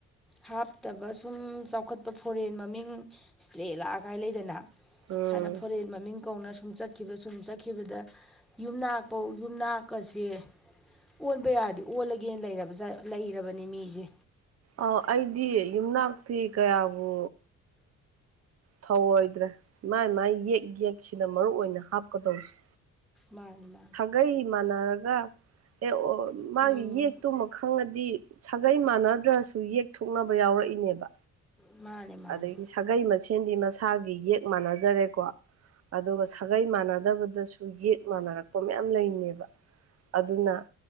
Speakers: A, in the centre; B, on the right.
A: ꯍꯥꯞꯇꯕ ꯁꯨꯝ ꯆꯥꯎꯈꯠꯄ ꯐꯣꯔꯦꯟ ꯃꯃꯤꯡ ꯏꯁꯇ꯭ꯔꯦꯂꯥ ꯀꯥꯏ ꯂꯩꯗꯅ
B: ꯎꯝ
A: ꯁꯥꯏꯅ ꯐꯣꯔꯦꯟ ꯃꯃꯤꯡ ꯀꯧꯅ ꯁꯨꯝ ꯆꯠꯈꯤꯕ ꯁꯨꯝ ꯆꯠꯈꯤꯕꯗ ꯌꯨꯝꯅꯥꯛꯄꯧ ꯌꯨꯝꯅꯥꯛꯀꯁꯦ ꯑꯣꯟꯕ ꯌꯥꯔꯗꯤ ꯑꯣꯜꯂꯒꯦꯅ ꯂꯩꯔꯕꯖꯠ ꯂꯩꯔꯕꯅꯤ ꯃꯤꯖꯦ
B: ꯑꯧ ꯑꯩꯗꯤ ꯌꯨꯝꯅꯥꯛꯇꯤ ꯀꯌꯥꯕꯨ ꯊꯧꯑꯣꯏꯗ꯭ꯔꯦ ꯃꯥꯏ ꯃꯥꯏ ꯌꯦꯛ ꯌꯦꯛꯁꯤꯅ ꯃꯔꯨ ꯑꯣꯏꯅ ꯍꯥꯞꯀꯗꯧꯁꯤ
A: ꯃꯥꯅꯤ ꯃꯥꯅꯤ
B: ꯒꯩ ꯃꯥꯟꯅꯔꯒ ꯑꯦ ꯑꫭ ꯃꯥꯒꯤ
A: ꯎꯝ
B: ꯌꯦꯛꯇꯨꯃ ꯈꯪꯉꯗꯤ ꯁꯥꯒꯩ ꯃꯥꯟꯅꯗ꯭ꯔꯁꯨ ꯌꯦꯛꯊꯣꯛꯅꯕ ꯌꯥꯎꯔꯛꯏꯅꯦꯕ
A: ꯃꯥꯅꯦ ꯃꯥꯅꯦ
B: ꯑꯗꯒꯤ ꯁꯥꯒꯩ ꯃꯁꯦꯟꯗꯤ ꯃꯁꯥꯒꯤ ꯌꯦꯛ ꯃꯥꯟꯅꯖꯔꯦꯀꯣ ꯑꯗꯨꯒ ꯁꯥꯒꯩ ꯃꯥꯟꯅꯗꯕꯗꯁꯨ ꯌꯦꯛ ꯃꯥꯟꯅꯔꯛꯄ ꯃꯌꯥꯝ ꯂꯩꯔꯤꯅꯦꯕ ꯑꯗꯨꯅ